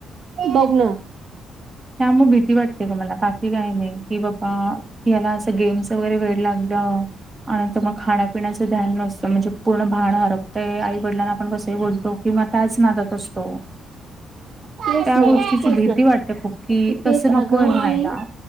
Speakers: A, on the right (about 55°); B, on the right (about 25°).
A: बघ ना
B: त्या मग भीती वाटते का मला बाकी काही नाही की बाबा. याला असं गेम्स वगैरे वेळ लागलं. आणिंतर मग खाण्यापिण्याचं ध्यान नसतं म्हणजे पूर्ण भान हरपतंय आई वडलां आपण कसंही बोलतो की म त्याच नादात असतो
A: तेच
B: त्या
A: ना
B: गोष्टीची
A: तेच
B: भीती
A: ना
B: वाटते खूप कि
A: तिथेच
B: तसं
A: अगं
B: नकोय व्हायला.
A: मी